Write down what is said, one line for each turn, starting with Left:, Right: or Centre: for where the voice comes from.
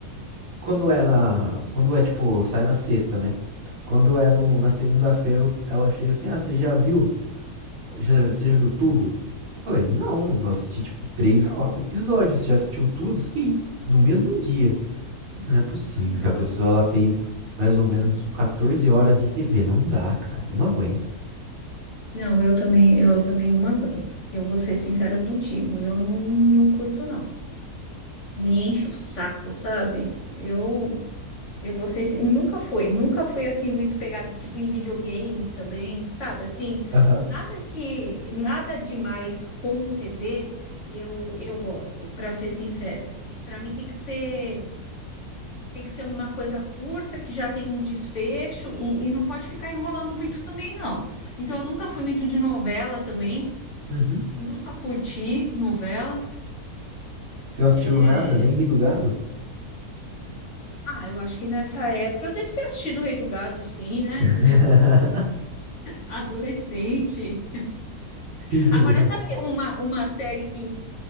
Right: Quando é na, quando é tipo, sai na sexta, né? Quando é no, na segunda-feira, ela chega assim, ah, você já viu? Já, você já viu tudo? Eu falei, não, eu assisti tipo três,
Left: Não,
Right: quatro episódios. Você já assistiu tudo? Sim, no mesmo dia. Eu falei, não é possível
Left: ah, não.
Right: que a pessoa ela fez mais ou menos
Left: Não,
Right: 14 horas de TV. Não dá, cara. Eu não aguento.
Left: Não, eu também, eu também não aguento. Eu vou ser sincera contigo, eu não, não curto, não. Me enche o saco, sabe? Eu, eu vou ser, nunca foi, nunca foi assim muito pegado, tipo em videogame também, sabe? Assim,
Right: Aham.
Left: nada que, nada demais com TV, eu, eu gosto, para ser sincera. Para mim tem que ser, tem que ser uma coisa curta, que já tem um desfecho e, e não pode ficar enrolando muito também, não. Então, eu nunca fui muito de novela também.
Right: Uhum.
Left: Nunca curti novela.
Right: Você não assistiu
Left: É,
Right: nada, nem Ri do Gado?
Left: Ah, eu acho que nessa época eu devo ter assistido O Rei do Gado, sim, né?
Right: <laughs>
Left: <laughs> Adolescente.
Right: Ih, do
Left: Agora,
Right: gato.
Left: sabe uma, uma série que,